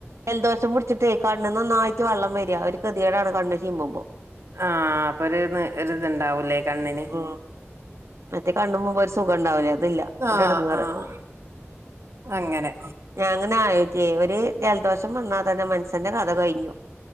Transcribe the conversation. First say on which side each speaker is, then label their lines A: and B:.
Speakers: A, on the right; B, on the right.
A: ജലദോശം പിടിച്ചിട്ടേ കണ്ണിന്നോന്നായിട്ട് വെള്ളം വരി ഒരു ഗതികേടാണ് കണ്ണ് ചിമ്പുമ്പോ
B: ആഹ് അപ്പൊ ഒരു ഒ ഇതുണ്ടാവൂലേ കണ്ണിന്
A: ഉം മറ്റേ കണുമ്പുമ്പ ഒരു സുഖണ്ടാവില്ലേ അതില്ല
B: ആഹ്
A: ഒരെടങ്ങാറ്
B: ആഹ് അങ്ങനെ
A: ഞാങ്ങനെ ആലോയിക്കേ ഒരു ജലദോഷം വന്നാ തന്നെ മനുഷന്റെ കഥ കയ്ഞ്ഞു